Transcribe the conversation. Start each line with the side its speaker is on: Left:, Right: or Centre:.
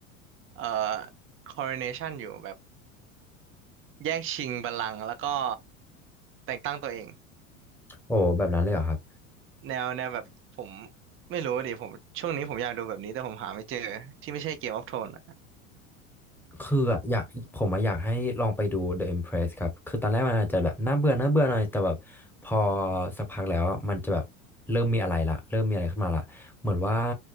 Right: เอ่อ coronation อยู่แบบแย่งชิงบัลลังก์แล้วก็แต่งตั้งตัวเอง
Centre: โอ้แบบนั้นเลยเหรอครับ
Right: แนวแนวแบบผมไม่รู้ดิผมช่วงนี้ผมอยากดูแบบนี้แต่ผมหาไม่เจอที่ไม่ใช่เกมออฟโทนอ่ะ
Centre: คืออะอยากผมอะอยากให้ลองไปดู The Empress ครับ คือตอนแรกมันอาจจะแบบน่าเบื่อน่าเบื่อหน่อย แต่แบบพอสักพักแล้วอะมันจะแบบเริ่มมีอะไรละเริ่มมีอะไรขึ้นมาละเหมือนว่า